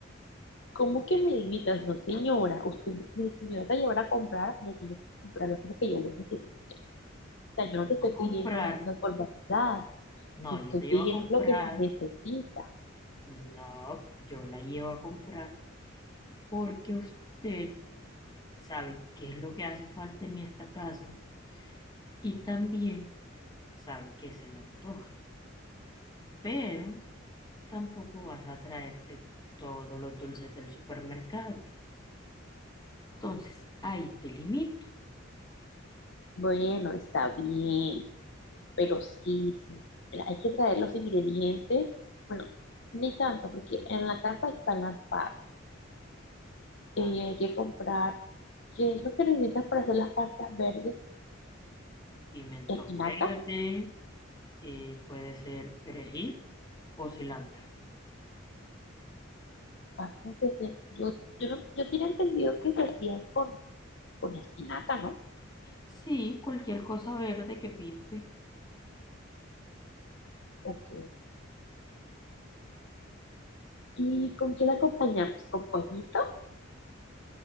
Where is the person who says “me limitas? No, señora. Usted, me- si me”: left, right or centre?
Left